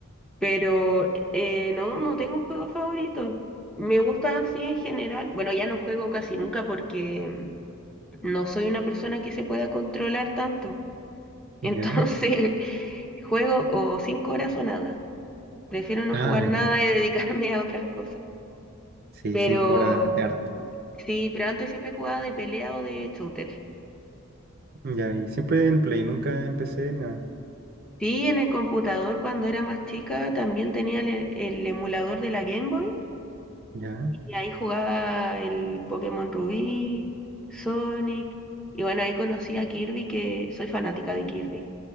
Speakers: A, in the centre; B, on the right.
A: pero eh, no, no tengo un juego favorito. Me gustan así en general. Bueno, ya no juego casi nunca porque no soy una persona que se pueda controlar tanto. Entonces,
B: Ya.
A: <laughs> juego o cinco horas o nada. Prefiero no
B: Ah,
A: jugar nada
B: ya.
A: y dedicarme a otras cosas.
B: Sí,
A: Pero
B: 5 horas es harto.
A: sí, pero antes siempre jugaba de pelea o de shooter.
B: Ya, y siempre en Play, nunca empecé ni nada.
A: Sí, en el computador cuando era más chica también tenía el, e- el emulador de la Game Boy
B: Ya.
A: y ahí jugaba el Pokémon Rubí, Sonic y bueno, ahí conocí a Kirby que soy fanática de Kirby,